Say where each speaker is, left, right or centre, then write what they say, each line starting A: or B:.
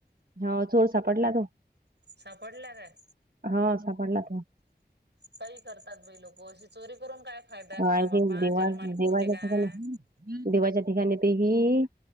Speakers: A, on the right; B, on the right.
A: होव, चोर सापडला तो?
B: सापडला काय?
A: हा सापडला त्यो.
B: काही करतात, बाई लोक अशी चोरी करून काय फायदा य
A: हा
B: म्हणा
A: ते
B: बापा
A: देवा
B: जलमाल पुरते
A: देवाच्या
B: काय?
A: ठिकाणी देवाच्या ठिकाणी ते ही